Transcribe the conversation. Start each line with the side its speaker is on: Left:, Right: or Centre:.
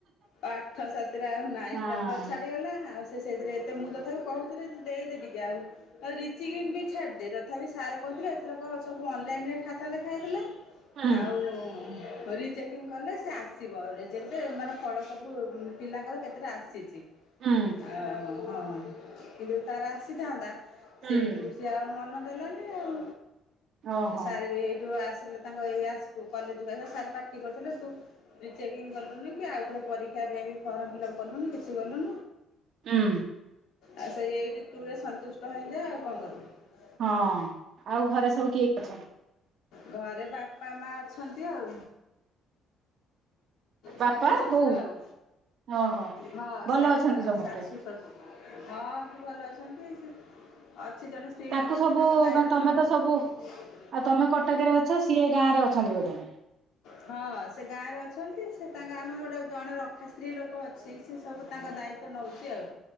Left: ପାଠ ସାଥିରେ ଆଉ ନାଇ
Right: ହଁ।
Left: ପୁରା ଟଚ୍ ଛାଡିଗଲା ଆଉ ସେ ସେଇଥିରେ ଏତେ ମୁଁ ତଥାପି କହୁଥିଲି ତୁ ଦେଇଦେ ଟିକେ ଆଉ ରିଚେକିଙ୍ଗ୍ ପାଇଁ ଛାଡିଦେ ତଥାପି ସାର୍ କହୁଥିଲେ ଏଥରକ ସବୁ ଅନଲାଇନ୍ ରେ ଖାତା ଦେଖାହେଇଥିଲା।
Right: ହୁଁ
Left: ଆଉ ରିଚେକିଂ କଲେ ସେ ଆସିବ। ରେଜଲ୍ଟ ମାନେ ଫଳ ସବୁ ପିଲାଙ୍କର କେତେଟା ଆସିଚି।
Right: ହୁଁ
Left: ଆ, ହଁ କିନ୍ତୁ ତାର ଆସିଥାନ୍ତା। ସେଇଟୁ
Right: ହୁଁ
Left: ସିଏ ଆଉ ମନ ଦେଲାନି ଆଉ
Right: ଓହୋ
Left: ଏ ସାର୍ ବି ଏଇଟୁ ଆସ ଥିଲେ ତାଙ୍କ ଏରିଆ ସ୍କୁ କଲେଜ୍ କୁ ଆ ତାଙ୍କ ସାର୍ ପାଟି କରିଥିଲେ ତୁ ରିଚେକିଂ କଲୁନିକି। ଆଉ ଥରେ ପରୀ କ୍ଷା ପାଇଁ ବି ଫର୍ମ ଫିଲ୍ଅପ କଲୁନି। କିଛି କଲୁନୁ
Right: ହୁଁ
Left: ଆଉ ସେଇ ଏଇଟି ଟୁରେ ସନ୍ତୁଷ୍ଟ ହେଇଯା ଆଉ କଣ କରିବୁ।
Right: ହଁ ଆଉ ଘରେ ସବୁ କିଏ ଅଛନ୍ତି?
Left: ଘରେ ବାପା ମା ଅଛନ୍ତି ଆଉ।
Right: ବାପା
Left: ଶାଶୁ ଶଶୁର
Right: ବୋଉ
Left: ଆଉ।
Right: ଓହୋ
Left: ହଁ
Right: ଭଲ
Left: ଶାଶ
Right: ଅଛନ୍ତି ସମସ୍ତେ।
Left: ଶାଶୁ ଶଶୁ ହଁ ସେ ଭଲ ଅଛନ୍ତି। ସେ ଅଛ ସେ ଜଣେ ସ୍ତ୍ରୀ
Right: ତାଙ୍କୁ
Left: ଲୋକ
Right: ସବୁ
Left: ସେ ତାଙ୍କ ଦାୟିତ୍ୱ
Right: ମାନେ ତମେ
Left: ନଉଛି।
Right: ତ ସବୁ ଆଉ ତୋମେ କଟକରେ ଅଛ। ସିଏ ଗାଁ ରେ ଅଛନ୍ତି ବୋଧେ?
Left: ହଁ ସେ ଗାଁରେ ଅଛନ୍ତି ସେ ତାଙ୍କ ଆମର ଗୋଟେ ଜଣେ ରଖା ସ୍ତ୍ରୀ ଲୋକ ଅଛି। ସିଏ ସବୁ ତାଙ୍କ ଦାୟିତ୍ୱ ନଉଚି ଆଉ